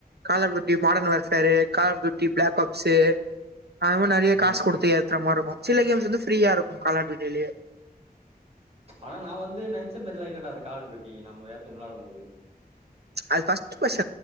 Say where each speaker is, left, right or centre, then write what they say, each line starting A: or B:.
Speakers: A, on the right; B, on the right.
A: கால of duty modern வெர்க்சாரு, call of duty black carbs அது மாரி நறைய
B: ம்
A: காஸ்
B: ம்
A: குடுத்து ஏத்தற மார்ருக்கு சில கேம்ஸ் வந்து ஃப்ரீயா இருக்கு கால் ஆஃப் ட்யூட்லே
B: ஆனா நா வந்து நென்ச்சமேரிலா இல்லடா அந்த கால் டியூட்டி நம்ம ஏத்தி விளையாடு போது
A: அது கஸ்டு ஃபஸ்ட்